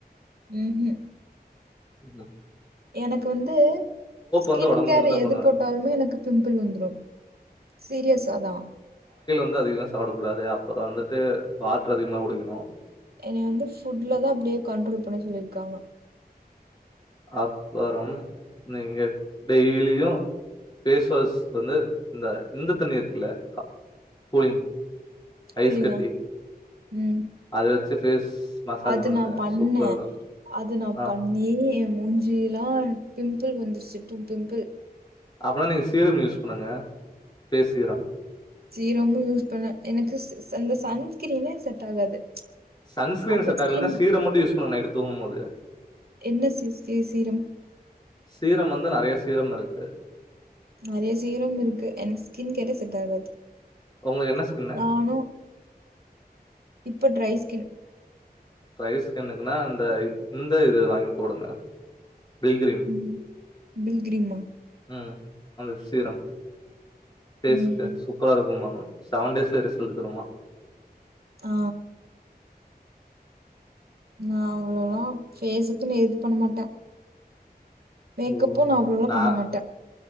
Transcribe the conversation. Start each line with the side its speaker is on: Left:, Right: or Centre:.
Right: ம்வூ
Left: இதா
Right: எனக்கு வந்து ஸ்கின்
Left: வந்து உடம்புக்கு
Right: கேர்
Left: மட்டும் தான்
Right: எது
Left: போடுவேன்.
Right: போட்டாலுமே எனக்கு பிம்பிள் வந்துரு சீரியஸாதா
Left: து அதிகமா சாப்படக்கூடாது அப்புறோ வந்துட்டு வாட்ரு அதிகமா குடிக்கணு
Right: என்னய வந்து ஃபுட்லதா அப்டியே கண்ட்ரோல் பண்ண சொல்லியிருக்காங்க.
Left: அப்பறம் நீங்க டெய்லியு ஃபேஸ் வாஷ் வந்து இந்த இந்த தண்ணி இருக்குல்ல அ கூலிங்
Right: கூலிங்கா
Left: ஐஸ் கட்டி
Right: ம்
Left: அத வச்சு ஃபேஸ் மசாஜ்
Right: அது
Left: பண்ணுங்க.
Right: நா பண்ணே
Left: சூப்பரா இருக்கும்.
Right: அது நா
Left: ஆ
Right: பண்ணி மூஞ் சியல்லா பிம்பிள் வந்துருச்சு டூ பிம்பிள்
Left: அப்பனா நீங்க சீரம் யூஸ் பண்ணுங்க பேஃஸ் சீரம்
Right: சீரமு யூஸ் பண்ணே எனக்கு ச சன் இந்த சன்ஸ்கிரீனே செட் ஆகாது
Left: சன்ஸ்கிரீன்
Right: அப்புறம்
Left: செட்
Right: ஸ்கின்
Left: ஆகலனா சீரம் மட்டு யூஸ் பண்ணுங்க நைட்டு தூங்கும்போது
Right: என்ன சீ சீ சீரம்
Left: சீரம் வந்து நெறைய சீரம் இருக்கு.
Right: நெறைய சீரம் இருக்கு எனக்கு ஸ்கின் கேரே செட் ஆகாது.
Left: உங்களுக்கு என்ன ஸ்கின்னு?
Right: நானு இப்ப டிரை கின்
Left: டிரை ஸ்கின்னுக்குன்னா இந்த இந்த இது வாங்கி போடுங்க. பில்கிரிம்
Right: ம் பில்கிரிம்மா?
Left: ம். அந்த சீரம் ஃபேஷ்க்கு
Right: ம்
Left: சூப்பரா இருக்கும்பாங்க ஆனா செவன் டேஸ்லயே ரிசல்ட் தருமா
Right: ஆ நா அவ்ளோல்லா ஃபேஸுக்குன்னு எது பண்ண மாட்டே மேக்கப்பு
Left: ஓ
Right: அவ்ளோலா
Left: நா
Right: பண்ண மாட்டே